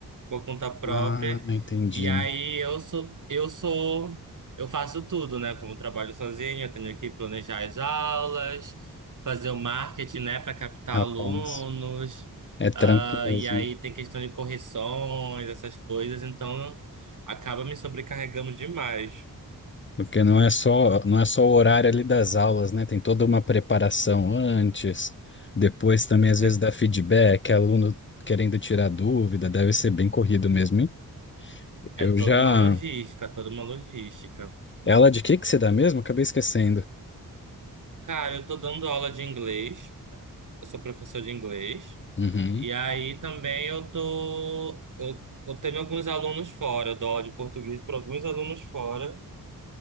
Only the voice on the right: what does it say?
por conta própria.
E aí eu sou, eu sou, eu faço tudo, né? Como eu trabalho sozinho, eu tenho que planejar as aulas, fazer o marketing, né, para captar
alunos.
ah, e
aí tem questão de correções, essas coisas, então acaba me sobrecarregando demais.
Tem-
É
toda
uma logística, toda uma logística.
Cara, eu tô dando aula de inglês, eu sou professor de inglês.
E aí também eu tô. Eu, eu tenho alguns alunos fora, eu dou aula de português para alguns alunos fora.